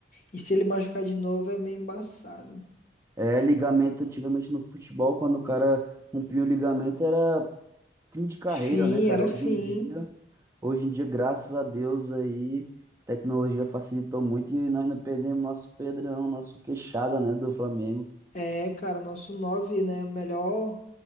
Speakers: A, on the left; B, on the right.
A: e se ele machucar de novo é meio embaçado.
B: É, ligamento antigamente no futebol, quando o cara rompia o ligamento, era fim de carreira,
A: Fim,
B: né, cara?
A: era
B: Hoje
A: fim.
B: em dia, hoje em dia, graças a Deus aí, tecnologia facilitou muito e nós não perdemos nosso Pedrão, nosso queixada, né, do Flamengo.
A: É, cara, nosso 9 né? Melhor,